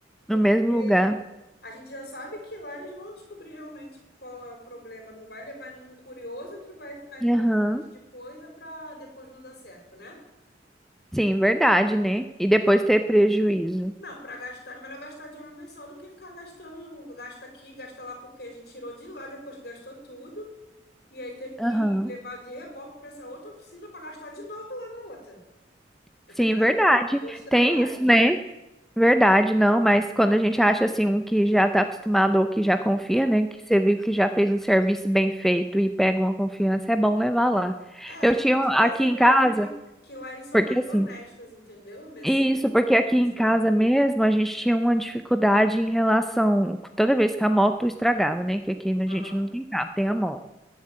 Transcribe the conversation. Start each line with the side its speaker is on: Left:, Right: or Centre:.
Left: Porque
Centre: No mesmo lugar.
Left: a gente já sabe que lá eles vão descobrir realmente qual é o problema, não vai levar num curioso que vai ficar inventando
Centre: Aham.
Left: um monte de coisa para depois não dar certo, né?
Centre: Sim, verdade, né? E depois ter prejuízo.
Left: Não, para gastar, é melhor gastar de uma vez só do que ficar gastando, gasta aqui, gasta lá, porque a gente tirou de lá, depois gastou tudo, e aí teve que
Centre: Aham.
Left: levar de reboque para essa outra oficina para gastar de novo lá na outra, <laughs>
Centre: Sim,
Left: né?
Centre: verdade.
Left: Dois trabalhos.
Centre: Tem isso, né? Verdade, não, mas quando a gente acha assim um que já está acostumado ou que já confia, né, que você viu que já fez um serviço bem feito e pega uma confiança, é bom levar lá.
Left: É,
Centre: Eu
Left: porque
Centre: tinha
Left: a gente
Centre: um aqui
Left: percebeu
Centre: em casa,
Left: que, ele, que lá eles são
Centre: porque
Left: mais
Centre: assim,
Left: honestos, entendeu? Nesse,
Centre: isso, porque aqui em
Left: sei
Centre: casa
Left: lá.
Centre: mesmo a gente tinha uma dificuldade em relação toda vez que a moto estragava, né, que aqui a
Left: Aham,
Centre: gente não tem carro, tem a moto.